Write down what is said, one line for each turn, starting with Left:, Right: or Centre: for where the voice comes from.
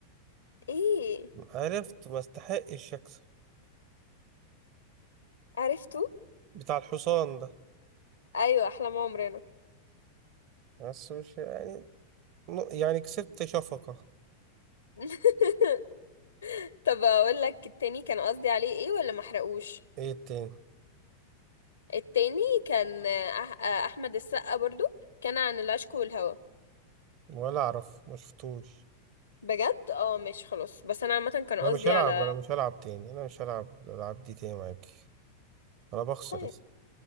Left: ايه
Right: عرفت ما استحقش اكسب
Left: عرفته
Right: بتاع الحصان ده
Left: ايوه احلام عمرنا
Right: بس مش يعني يعني كسبت شفقة
Left: <laughs> طب اقول لك التاني كان قصدي عليه ايه ولا ما احرقوش
Right: ايه التاني
Left: التاني كان أح- احمد السقا برضو كان عن العشق والهوى
Right: ولا اعرف ما شفتوش
Left: بجد اه ماشي خلاص بس انا عامه كان قصدي
Right: انا مش هلعب
Left: على
Right: انا مش هلعب تاني انا مش هلعب الالعاب دي تاني معاكي انا بخسر
Left: طيب